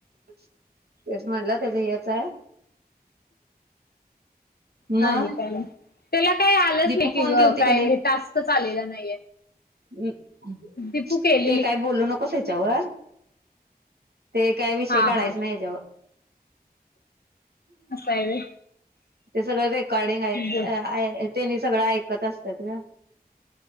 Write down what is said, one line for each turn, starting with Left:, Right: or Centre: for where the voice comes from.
Right: तेच म्हणलं त्याचं हेच हाय मग
Left: पाणी प्यायली तेला काही आलंच
Right: दीपू
Left: नाही की
Right: फोन
Left: ग
Right: केलती
Left: काय
Right: का नाही
Left: टास्कच आलेला नाहीये.
Right: <unintelligible>
Left: दीपू केलेली
Right: ते काय बोलू नकोस हेच्यावर ते काय विषय
Left: हा
Right: काढायचं
Left: हा
Right: नाही हेच्यावर.
Left: असं आहे व्हय
Right: ते सगळं रेकॉर्डिंग आहे,
Left: बर.
Right: आहे त्यांनी सगळं ऐक कत असत्यात ग.